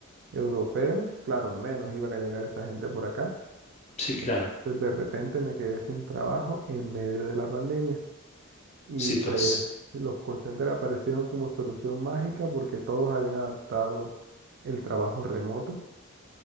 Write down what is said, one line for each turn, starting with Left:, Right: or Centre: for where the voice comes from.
Right: europeos. Claro, menos iban a llegar esa gente por acá.
Left: sí, claro.
Right: Entonces de repente me quedé sin trabajo en medio de la pandemia. Y
Left: Sí,
Right: pues
Left: pues.
Right: los call centers aparecieron como solución mágica porque todos habían adaptado el trabajo remoto.